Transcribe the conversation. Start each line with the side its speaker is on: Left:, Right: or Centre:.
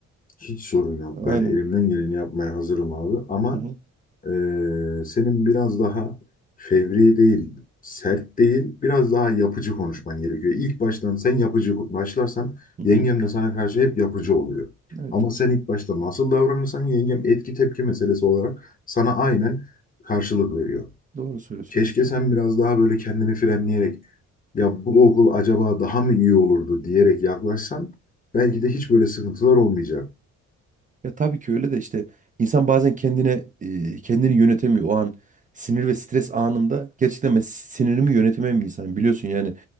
Left: Hiç sorun yok.
Right: Aynen.
Left: Ben elimden geleni yapmaya hazırım abi. Ama
Right: Hı hı.
Left: Ee, senin biraz daha fevri değil, sert değil, biraz daha yapıcı konuşman gerekiyor. İlk baştan sen yapıcı başlarsan
Right: Hı
Left: yengem
Right: hı.
Left: de sana karşı hep yapıcı oluyor.
Right: Evet,
Left: Ama sen ilk başta nasıl davranırsan yengem etki tepki meselesi olarak sana aynen karşılık veriyor.
Right: doğru söylüyorsun
Left: Keşke
Right: aslında.
Left: sen biraz daha böyle kendini frenleyerek ya bu okul acaba daha mı iyi olurdu diyerek yaklaşsan belki
Right: Hı hı.
Left: de hiç böyle sıkıntılar olmayacak.
Right: Ya tabii ki öyle de işte insan bazen kendine e, kendini yönetemiyor. O an sinir ve stres anımda gerçekten ben sinirimi yönetemem bir insanım. Biliyorsun yani